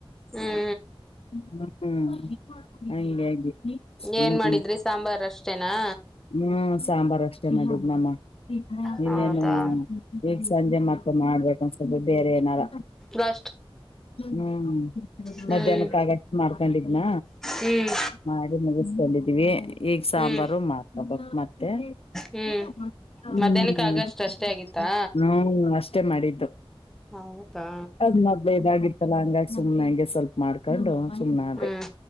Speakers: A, in the centre; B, on the left.
A: ಹ್ಮ್
B: ಹ್ಮ ಹ್ಮ್ ಹಾಗೆ ಹಾಗೆ ಹ್ಮ.
A: ಏನ್
B: ಹ್ಮ್
A: ಮಾಡಿದ್ರಿ ಸಾಂಬಾರ್ ಅಷ್ಟೇನಾ
B: ಹ್ಮ್ ಸಾಂಬಾರ ಅಷ್ಟ. ನಮ್ಮ
A: ಹೌದಾ
B: ಇನ್ನೇನು ಈಗ ಸಂಜೆ ಮತ್ತೆ ಮಾಡ್ಬೇಕನ ಸ್ವಲ್ಪ ಬೇರೆ ಏನಾರ.
A: ಲಾಸ್ಟ್
B: ಹ್ಮ್
A: ಹ್ಮ್
B: ಮಧ್ಯಾಹ್ನಕ್ಕಾಗಷ್ಟ ಮಾಡ್ಕೊಂಡಿದ್ನ.
A: ಹ್ಮ್
B: ಮಾಡಿ ಮುಗಿಸಕೊಂಡಿದೀವಿ ಈಗ ಸಾಂಬಾರು
A: ಹ್ಮ್
B: ಮಾಡ್ಕಬೇಕು ಮತ್ ಹ್ಹ್
A: ಹ್ಮ್
B: ಹ್ಮ ಹ
A: ಮಧ್ಯಾಹ್ನಕ್ಕೆ ಆಗಷ್ಟು
B: ಅಷ್ಟ.
A: ಅಷ್ಟೇ ಆಗಿತ್ತಾ
B: ಅಷ್ಟೆ ಮಾಡಿದ್ದು
A: ಹೌದಾ
B: ಅದ ಮೊದ್ಲ ಇದಾಗಿತ್ತಲ್ಲ ಹಂಗಾಗಿ ಸುಮ್ನೆ ಅಂಗೆ ಸ್ವಲ್ಪ ಮಾಡ್. ಮಾಡ್ಕೊಂಡು ಸುಮ್ನೆ ಅದೆ
A: ಹ್ಮ್